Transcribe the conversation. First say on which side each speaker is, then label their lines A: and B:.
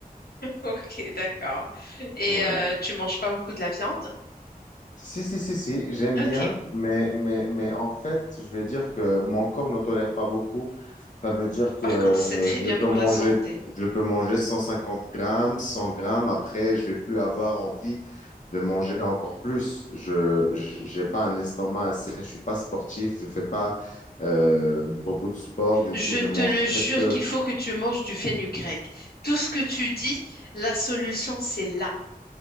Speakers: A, on the left (about 80°); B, on the left (about 55°).
A: ok, d'accord. Et
B: Ouais.
A: euh, tu manges pas beaucoup de la viande?
B: Si, si, si, si, j'aime
A: Ok.
B: bien, mais, mais, mais en fait, je vais dire que mon corps ne tolère pas beaucoup. Ça veut dire que
A: Par
B: euh,
A: contre, c'est très bien
B: je peux
A: pour
B: manger,
A: la santé.
B: je peux manger 150 grammes, 100 grammes. Après, je vais plus avoir envie de manger encore plus. Je, j'ai pas un estomac assez, je suis pas sportif, je fais pas euh, beaucoup de sport. Du
A: Je
B: coup, je
A: te
B: mange
A: le jure
B: très peu.
A: qu'il faut que tu manges du fenugrec. Tout ce que tu dis, la solution, c'est là.